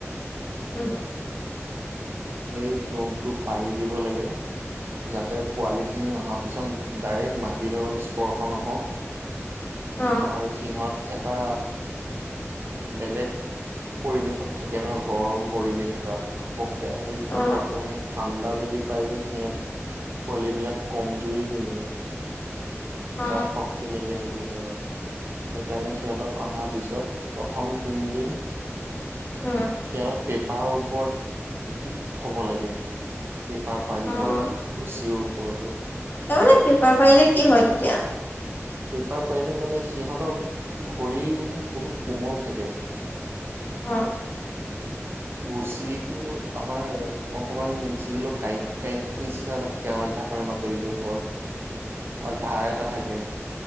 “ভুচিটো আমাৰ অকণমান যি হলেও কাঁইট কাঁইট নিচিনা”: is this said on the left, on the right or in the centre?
Right